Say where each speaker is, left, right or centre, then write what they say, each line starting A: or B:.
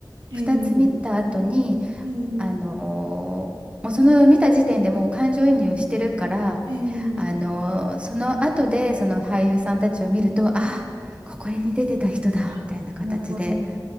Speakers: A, on the right; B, on the right.
A: えー、
B: 2つ見た後に、
A: えー、
B: あのーもうその見た時点でもう感情移入してるから、
A: えー、
B: あのーその後でその俳優さんたちを見ると、あ、ここに出てた人だ、
A: あ、
B: みたいな形で。
A: なるほど。